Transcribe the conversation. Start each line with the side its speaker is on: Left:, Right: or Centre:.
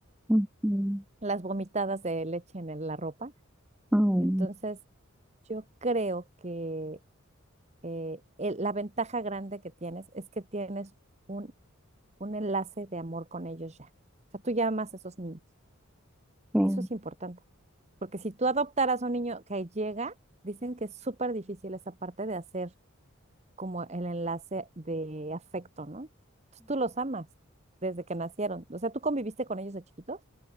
Centre: ujú.
Right: las vomitadas de leche en el- la ropa.
Centre: Mm,
Right: Entonces, yo creo que eh, el- la ventaja grande que tienes es que tienes un, un enlace de amor con ellos ya. O sea, tú ya amas a esos niños.
Centre: Sí, mm,
Right: Eso es importante, porque si tú adoptaras a un niño que llega, dicen que es súper difícil esa parte de hacer como el enlace de afecto, ¿no? Pues tú los amas desde que nacieron. O sea, ¿tú conviviste con ellos de chiquitos?